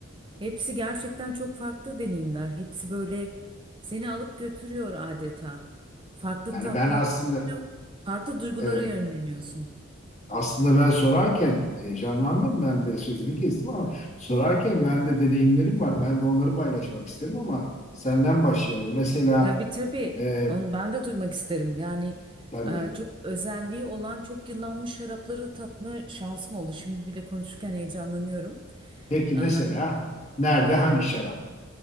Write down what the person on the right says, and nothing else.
Hepsi gerçekten çok farklı deneyimler. Hepsi böyle seni alıp götürüyor adeta. Farklı
tatlar
alıyor, farklı duygulara
yönleniyorsun.
Tabii tabii.
Onu ben de duymak isterim. Yani
e, çok özelliği olan çok yıllanmış şarapları tatma şansım oldu. Şimdi bile konuşurken heyecanlanıyorum.
E,
Evet.